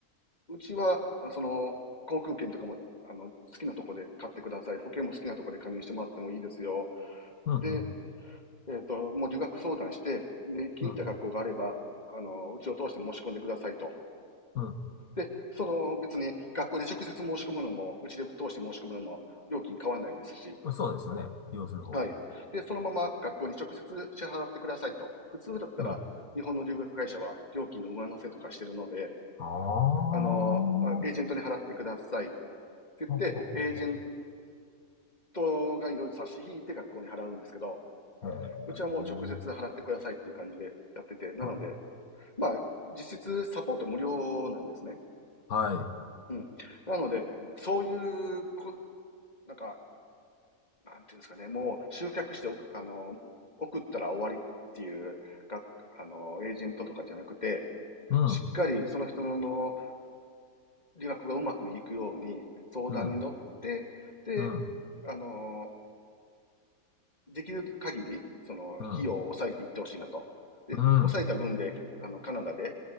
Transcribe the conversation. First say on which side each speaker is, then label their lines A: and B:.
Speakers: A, on the left; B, on the left.
A: うちは、その、航空券とかも、あの、好きなとこで買ってください。保険も好きなとこで加入してもらってもいいですよ。
B: うん、
A: で、
B: うん、
A: えっと、もう留学相談して、で、気に入った学校があれば、
B: うん、
A: あの、うちを通して申し込んでくださいと。
B: うん。
A: で、その別に学校で直接申し込むのも、うちで通して申し込むのも料金変わんないですし、
B: そうですよね。利用する方は。
A: はい。で、そのまま学校に直接支払ってくださいと。普通だったら、
B: うん。
A: 日本の留学会社は料金の上乗せとかしてるので、
B: ああ、は
A: あの、エージェントに払ってくださいって言って、
B: ははは。
A: エージェントがいろいろ差し引いて学校に払うんですけど、
B: へえ。
A: うちはもう直接払ってくださいっていう感じでやってて、なので、
B: はい。
A: まあ、実質サポート無料なんですね。
B: はい。
A: うん。なので、そういうこ、なんか、なんていうんですかね、もう集客しておく、あの、送ったら終わりっていう、が、あの、エージェントとかじゃなくて、
B: うん。
A: しっかりその人の理学がうまくいくように相談に乗って、
B: うん。
A: で、
B: うん。
A: あの、できる限り、その、
B: うん。
A: 費用を抑えていってほしいなと。で、
B: うん。
A: 抑えた分で、あの、カナダで、